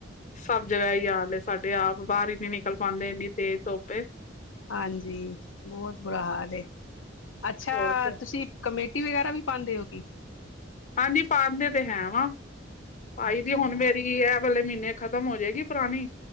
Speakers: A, on the left; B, on the left.
A: ਸਬ ਜਗਾ ਏਈ ਹਾਲ ਏ, ਸਾਡੇ ਆਪ ਬਾਰ ਈ ਨੀ ਨਿਕਲ ਪਾਂਦੇ ਏਨੀ ਤੇਜ਼ ਧੋਪ ਏ।
B: ਹਾਂਜੀ, ਬੋਤ ਬੁਰਾ ਹਾਲ ਏ, ਅੱਛਾ
A: ਹੋਰ ਤੇ
B: ਤੁਸੀਂ ਕਮੇਟੀ ਵਗੈਰਾ ਵੀ ਪਾਂਦੇ ਓ ਕਿ?
A: ਹਾਂਜੀ। ਪਾਂਦੇ ਤੇ ਹੈ ਵਾਂ, ਪਾਈ
B: ਅੱਛਾ
A: ਦੀ ਹੋਨ ਮੇਰੀ ਐ ਵਾਲੇ ਮ੍ਹੀਨੇ ਖ਼ਤਮ ਹੋ ਜੇਗੀ ਪੁਰਾਨੀ,